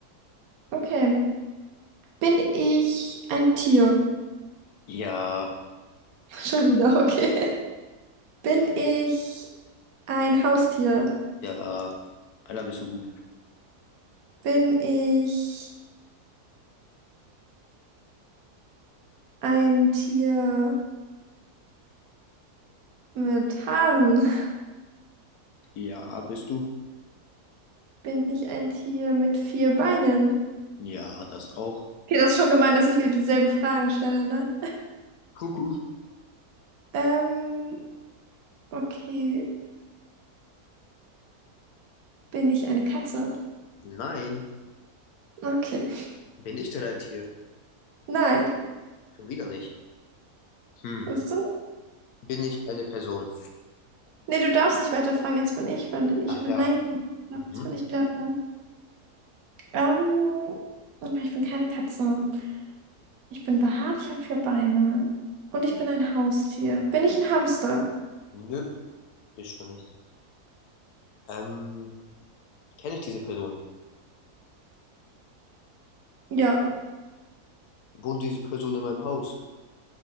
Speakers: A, on the right (about 70°); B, on the left (about 75°).
A: Okay. Bin ich ein Tier?
B: Ja.
A: <laughs> Schon wieder, okay. Bin ich ein Haustier?
B: Ja. Alter, bist du gut?
A: Bin ich ein Tier mit Haaren?
B: Ja, bist du?
A: Bin ich ein Tier mit vier Beinen?
B: Ja, das auch.
A: Okay, das ist schon gemein, dass ich wieder dieselben Fragen stelle, ne?
B: Kuckuck.
A: Ähm, okay. Bin ich eine Katze?
B: Nein.
A: Okay.
B: Bin ich denn ein Tier?
A: Nein.
B: Schon wieder nicht. Hm.
A: Ist so
B: Bin ich eine Person?
A: Nee, du darfst nicht weiterfragen, jetzt bin ich, weil ich
B: Ach
A: mit
B: ja.
A: Nein gesagt habe.
B: Mhm.
A: Jetzt bin ich wieder dran. Ähm, okay, ich bin keine Katze. Ich bin behaart, ich habe vier Beine. Und ich bin ein Haustier. Bin ich ein Hamster?
B: Nö, bist du nicht. Ähm. Kenne ich diese Person?
A: Ja.
B: Wohnt diese Person in meinem Haus?